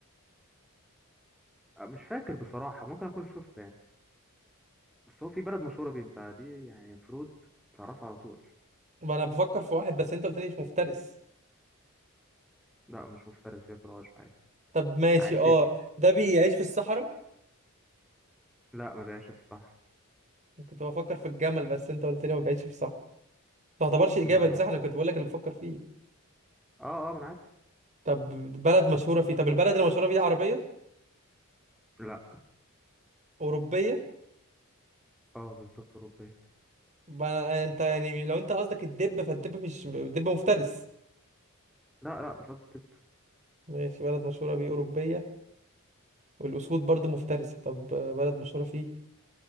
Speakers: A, in the centre; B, on the right.
A: آه، مش فاكر بصراحه ممكن اكون شفته يعني بس هو في بلد مشهوره بيه انت دي يعني المفروض تعرفها على طول
B: ما انا بفكر في واحد بس انت قلت لي مش مفترس
A: لا مش مفترس بياكل عشب عادي
B: طب ماشي
A: عاشبي
B: اه ده بيعيش في الصحراء
A: لا ما بيعيش في الصحراء
B: كنت بفكر في الجمل بس انت قلت لي ما بيعيش في الصحراء ما تعتبرش اجابه
A: لا لا لا
B: دي صح انا كنت بقول لك اللي بفكر فيه
A: اه اه ما انا عارف
B: طب بلد مشهوره فيه طب البلد اللي مشهوره بيه عربيه
A: لا
B: اوروبيه
A: اه بالظبط اوروبيه
B: ما انت يعني لو انت قصدك الدب فالدب مش الدب مفترس
A: لا لا مش قصدي طب
B: ماشي بلد مشهوره بيه اوروبيه والاسود برضه مفترسه طب بلد مشهوره فيه